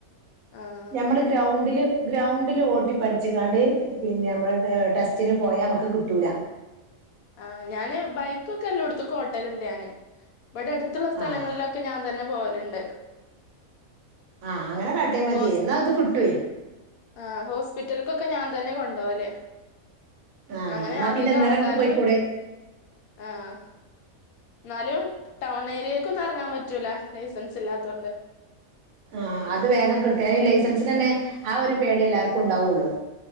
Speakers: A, on the left; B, on the right.
A: ആഹ്
B: ഞമ്മള് ഗ്രൗണ്ടില് ഗ്രൗണ്ടില് ഓട്ടി പഠിച്ചിക്കാണ്ട് പിന്നെ നമ്മള് ടെസ്റ്റിന് പോയാമ ക്ക് കിട്ടൂല
A: ആഹ് ഞാന് ബൈക്കൊക്കെ അല്ലോട്ത്ത്ക്കു ഓട്ടലുണ്ട് ഞാന് ഇവിടെ അടുത്തുള്ള സ്ഥലങ്ങളിലൊക്
B: ആഹ്
A: ക്ക് ഞാൻ തന്നെ പോവലുണ്ട്
B: ആഹ് അങ്ങനെ കാട്ടിയാ മതിയേ
A: ഹോസ്
B: എന്നാ അത് കിട്ടുവേ
A: ആഹ് ഹോസ്പിറ്റൽക്കൊക്കെ ഞാൻ തന്ന്യാ കൊണ്ടോവല്
B: ആഹ്
A: അങ്ങനെ
B: എന്നാ
A: അധികം
B: പിന്നെ ഇന്നലെ
A: ആൾക്കാരൊന്നുൽ
B: അനക്ക് പോയിക്കൂടെ
A: ആഹ് എന്നാലും ടൗൺ ഏരിയക്കൊന്നും ഇറങ്ങാൻ പറ്റൂല ലൈസൻസ് ഇല്ലാത്തോണ്ട്
B: ആഹ് അത് വേഗം ക്ട്ടു ഐ ലൈസൻസിനന്നെ ആ ഒരു പേടി എല്ലാവർക്കും ഉണ്ടാവുള്ളൂ